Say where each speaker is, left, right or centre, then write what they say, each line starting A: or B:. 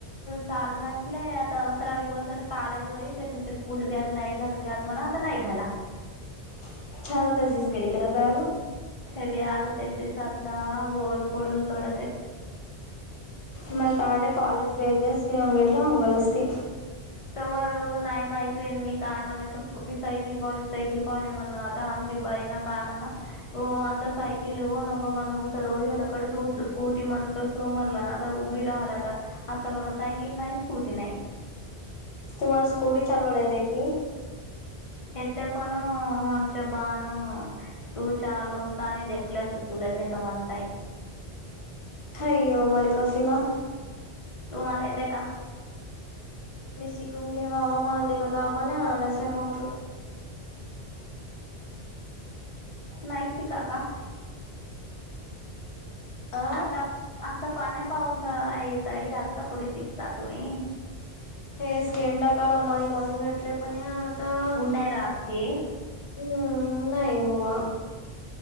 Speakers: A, on the left; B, on the left.
A: काल घातलेय आता अकरावी बसून कालेज होई तेच्या स्कूल बॅग नाही घालून जात म्हणा आता नाही घाला.
B: ह तर अशीचगणी करा बॅग
A: हे बी आग होतेिस आता बोर पडून लढत.
B: म तर्डे कॉलेज बेग अस अंग इटलं अंगल असतती.
A: तमर नाहीय माहिती त मी काय म्हण ठको की सायकल पाहजे सायकल पाहजे म्हणण आता आमची बाईण काय म्हण आता सैकल नघ मण रोजोलाकड तूसो स्कूट मण तोस मला आता रालाता आता बघा सायकल नाही स्कूटी नाही
B: तुम्हाला स्कूटी चालवायला येते की
A: येत पण आमच्या बाान तू चालवल आणि देकले अस तू तलं घ त म्हनत
B: हाोमर कोशीिमा
A: तुम्हाला येते का
B: मी शिकून घेवावा म्हणात क आपणसत
A: नाहीस का का
B: अ
A: आता आता पाण्या पावस येतई आत्ता कुठे शिकता तुम्ही
B: हे स्केंडा कल मनी म्हणून घेतले पण या ता हम्
A: उन्हाळ्यात हे
B: नाही हआ